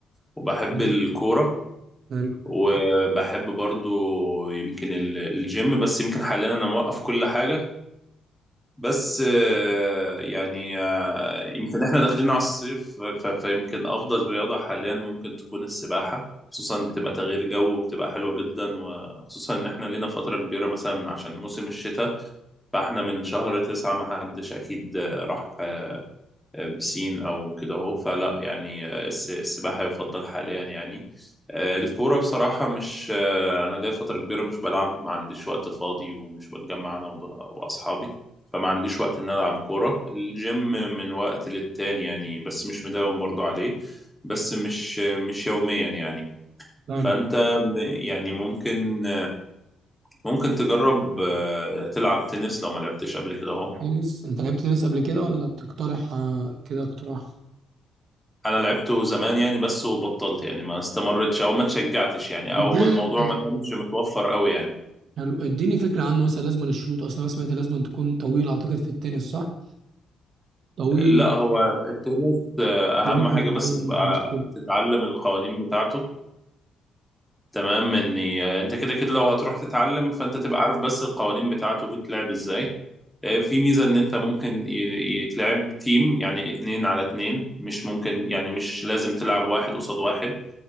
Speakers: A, in the centre; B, on the right.
A: وبحب
B: أمم،
A: الكورة
B: حلو
A: وبحب برضو يمكن ال- الجيم بس يمكن حاليا انا موقف كل حاجة بس آه، يعني آه، يمكن احنا داخلين على الصيف ف- فيمكن افضل رياضة حاليا ممكن تكون السباحة خصوصا بتبقى تغيير جو وبتبقى حلوة جدا وخصوصا ان احنا لينا فترة كبيرة مثلا عشان موسم الشتاء فاحنا من شهر تسعة ما حدش اكيد آه، راح آه، بسين او كده اهو فلا يعني آه، الس- السباحه يفضل حاليا يعني آه، الكوره بصراحه مش آه، انا ليا فتره كبيره مش بلعب ما عنديش وقت فاضي ومش بتجمع انا وب- واصحابي فما عنديش وقت ان أنا العب كوره الجيم من وقت للتاني يعني بس مش مداوم برضو عليه بس مش مش يوميا يعني
B: حلو
A: فانت يعني ممكن ممكن تجرب آه، تلعب تنس لو ما لعبتش قبل كده اهو
B: تنس أنت لعبت تنس قبل كده ولا بتقترح آه كده اقتراح
A: انا لعبته زمان يعني بس وبطلت يعني ما استمرتش او ما اتشجعتش يعني
B: بديني
A: او الموضوع ما كانش متوفر قوي يعني
B: حلو اديني فكرة عنه مثلا لازم الشروط أصلا أنا سمعت لازم تكون طويل أعتقد في التنس صح؟ طويل
A: لا هو التنس آه،
B: وزن
A: اهم حاجة بس
B: معين
A: تبقى
B: وحاجات
A: تتعلم القوانين بتاعته تمام اني آه، انت كده كده لو هتروح تتعلم فانت تبقى عارف بس القوانين بتاعته بيتلعب ازاي آه، في ميزة ان انت ممكن ي- يتلعب تيم يعني اتنين على اتنين مش ممكن يعني مش لازم تلعب واحد قصاد واحد